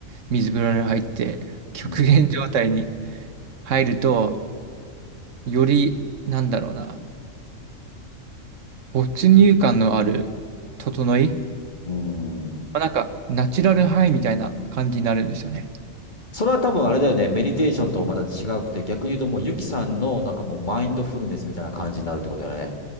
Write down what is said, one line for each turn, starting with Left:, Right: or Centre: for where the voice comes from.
Right: 水風呂に入って、極限状態に
Left: うん。
Right: 入ると、より、なんだろうな、没入感のある整い、
Left: うん
Right: まあなんかナチュラルハイみたいな感じになるんですよね。
Left: それは多分あれだよね。メディテーションとまた違うくて、逆に言うともうゆきさんのなんかもうマインドフルネスみたいな感じになるってことだよね。